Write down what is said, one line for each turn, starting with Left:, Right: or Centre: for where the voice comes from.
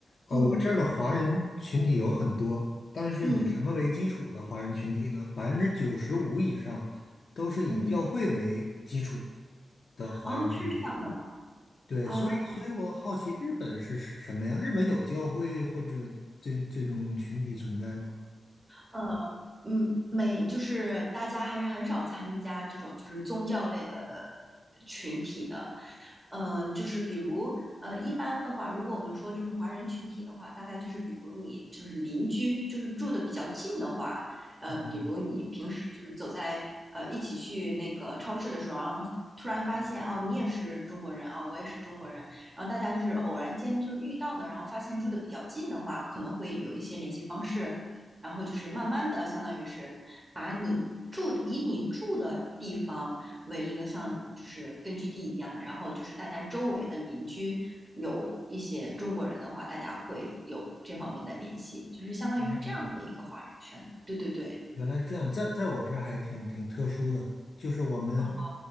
Left: 呃，
Right: 嗯
Left: 我这儿的华人群体有很多，但是以什么为基础的华人群体呢？
Right: 嗯
Left: 百分之九十五以上都是以教会为基础
Right: 嗯，
Left: 的华人群体。
Right: 哦，是这样的吗？
Left: 对，
Right: 哦，
Left: 所以所以我好奇日本是什么呀？日本有教会或者这这种群体存在吗？
Right: 呃，嗯，每就是大家还是很少参加这种就是宗教类的群体的，嗯、就是比如呃，一般的话，如果我们说就是华人群体的话，大概就是比如你就是邻居，就是住的比较近的话，呃，
Left: 哦
Right: 比如你平时就是走在呃一起去那个超市的时候，然后突然发现哦，你也是中国人啊、我也是中国人，然后大家就是偶然间就是遇到的，然后发现住的比较近的话，可能会有一些联系方式，然后就是慢慢的，相当于是把你住以你住的地方为一个像就是根据地一样的，然后就是大家周围的邻居有一些中国人的话，大家会有这方面的联系，就是相当于是这样的一个华人圈子。
Left: 哦，
Right: 对对对，
Left: 原来这样，在在我这儿还挺挺特殊的，就是我们
Right: 啊、